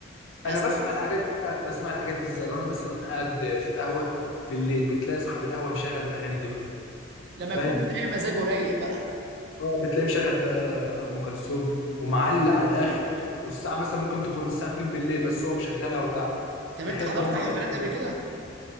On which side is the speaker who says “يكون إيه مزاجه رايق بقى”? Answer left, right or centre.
Right